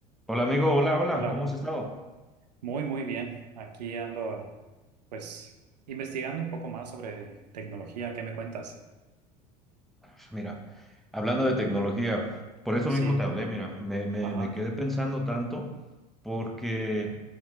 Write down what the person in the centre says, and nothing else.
Hola amigo, hola, hola,
¿cómo has estado?
Ah, Mira, hablando de tecnología, por eso
mismo te hablé, mira, me, me-
me quedé pensando tanto porque